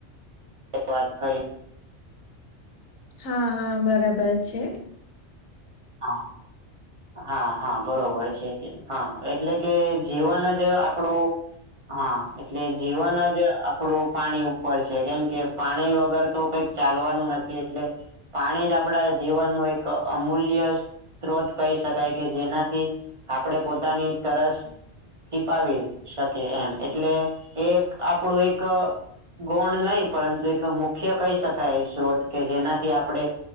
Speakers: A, on the right (about 30°); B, on the left (about 75°).
A: વાત કરીરી
B: હા હા બરાબર છે.
A: હા હા હા બરોબર છે કે હા એટલે કે જીવન જ જે આપડું. હા એટલે જીવન જ આપડું પાણી ઉપર છે કેમ કે પાણી વગર તો કઈક ચાલવાનું નથી એટલે પાણી જ આપણા જીવનનું એક અમૂલ્ય. સ્ત્રોત કહી શકાય કે જેનાથી આપણે પોતાની તરસ છિપાવી શકે એમ એટલે એક આપણું એક ગુણ નહીં પરંતુ એક મુખ્ય કહી શકાય સ્ત્રોત કે જેનાથી આપણે